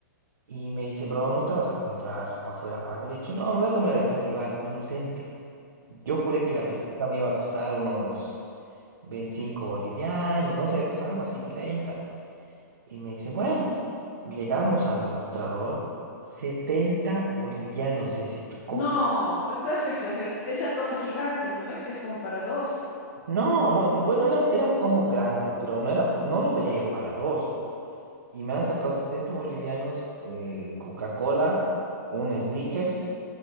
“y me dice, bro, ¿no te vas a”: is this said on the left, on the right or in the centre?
Right